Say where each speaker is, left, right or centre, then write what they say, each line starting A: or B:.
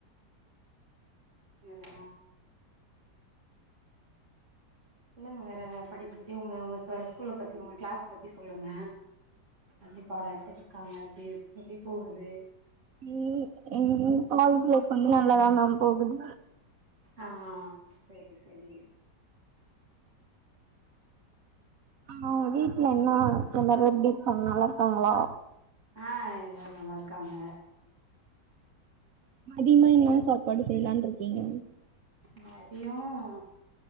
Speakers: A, on the right (about 40°); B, on the right (about 60°).
A: செரிம்மா இல்லங்கங்க வேற படிப்புபத்தி உங்க உங்க க ஸ்கூல்ல பத்தி உங்க கிளாஸ் பத்தி சொல்லுங்க. எப்டி பாடம் எடுத்துட்டு இருக்காங்க எப்டி எப்டி போகுது
B: உம் எங்க கிளாஸ்ல பொண்ணு நல்லாதா மேம் போகுது
A: ஆஹ் செரி செரி
B: ஆஹ் உங்க வீட்டுல என்ன எல்லாரும் எப்டி இருக்காங்க நல்லா இருக்காங்களா
A: ஆஹ் எல்லாரு நல்லா இருக்காங்க
B: மத்தியமா என்னா சாப்பாடு செய்யலா இருக்கீங்க
A: மதியோம்